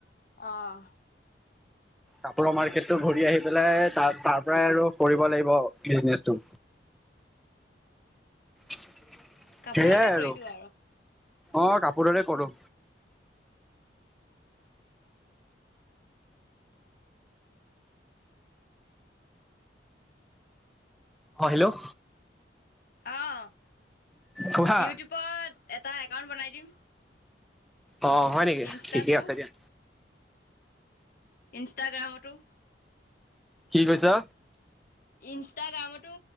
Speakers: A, on the left; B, in the centre.
A: অ'।
B: কাপোৰৰ মাৰ্কেটটো ঘূৰি আহি পেলাই তাৰ তাৰ পৰাই আৰু কৰিব লাগিব বিজনেচটো। সেইয়াই
A: কাপোৰতে কৰি
B: আৰু
A: দিওঁ
B: অ', কাপোৰৰে কৰোঁ। অ', হেল্ল'।
A: অ'।
B: কোৱা।
A: ইউটিউবত এটা একাউন্ট বনাই দিম।
B: অ', হয় নেকি?
A: ইনষ্টাটো
B: ঠিকে আছে দিয়া।
A: ইনষ্টাগ্ৰামতো
B: কি কৈছা?
A: ইনষ্টাগ্ৰামতো